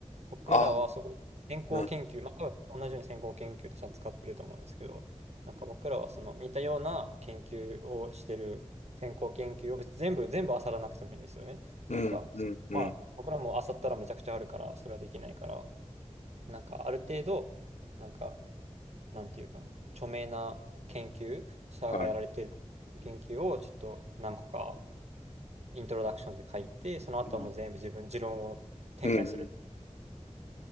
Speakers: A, on the right; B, on the left.
A: 僕らはそこ、
B: あー、
A: 先行研究、
B: うん
A: まあ、多分同じように先行研究として扱ってると思うんですけど、なんか僕らはその似たような研究をしてる先行研究を別に全部、全部漁らなくてもいいんですよね。
B: うんうんうん。
A: なんか、まあ、僕らも漁ったらめちゃくちゃあるから、それはできないから、なんかある程度、なんか、なんていうか、著名な研究者がやられてる研究をちょっと何個か
B: はい。
A: イントロダクションで書いて、その後はもう全部自分、
B: うん
A: 持論を展開する。
B: うん